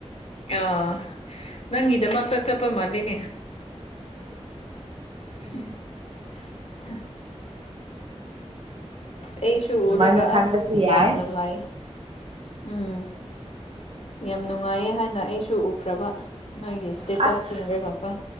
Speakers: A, on the left; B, on the right.
A: ꯑꯣ ꯅꯪꯒꯤꯗꯃꯛꯇ ꯆꯠꯄ ꯃꯥꯜꯂꯤꯅꯦ ꯎꯝ ꯍꯥ ꯑꯩꯁꯨ
B: ꯁꯨꯃꯥꯏꯅ
A: ꯎꯔꯒ
B: ꯈꯟꯕꯁꯨ
A: ꯑꯁ
B: ꯌꯥꯏ
A: ꯌꯥꯝ ꯅꯨꯡꯉꯥꯏ ꯎꯝ ꯌꯥꯝ ꯅꯨꯡꯉꯥꯏꯌꯦ ꯍꯥꯏꯅ ꯑꯩꯁꯨ ꯎꯈ꯭ꯔꯕ ꯅꯣꯏꯒꯤ ꯁꯇꯦꯇꯁ
B: ꯑꯁ
A: ꯌꯦꯡꯔꯒ ꯀꯣ